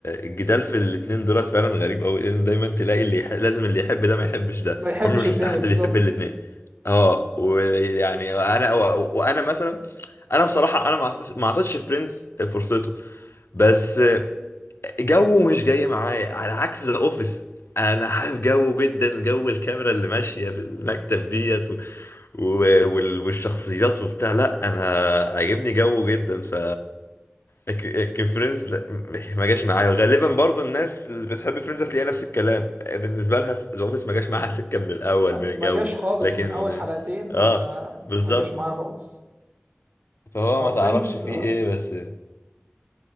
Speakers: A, on the left; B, on the right.
A: الجدال في الاتنين دولت فعلا غريب قوي لان دايما تلاقي اللي يح... لازم اللي يحب ده ما يحبش ده
B: ما يحبش
A: عمري ما شفت
B: التاني
A: حد
B: بالظبط
A: بيحب الاتنين اه ويعني انا و- وانا مثلا انا بصراحه انا ما اعطيتش ما اعطيتش فريندز فرصته بس آه، جو مش جاي معايا على عكس ذا اوفيس انا حابب جو جدا جو الكاميرا اللي ماشيه في المكتب ديت و... و... وال- والشخصيات وبتاع لا انا عاجبني جو جدا ف لكن لكن فريندز لا م- ما جاش معايا غالبا برضو الناس اللي بتحب فريندز هتلاقيها نفس الكلام بالنسبه لها في ذا اوفيس ما جاش معاها سكه من الاول من الجو
B: ما جاش خالص
A: لكن
B: من اول حلقتين ما
A: اه بالظبط
B: ما جاش معايا خالص
A: فهو ما تعرفش
B: فريندز
A: فيه ايه بس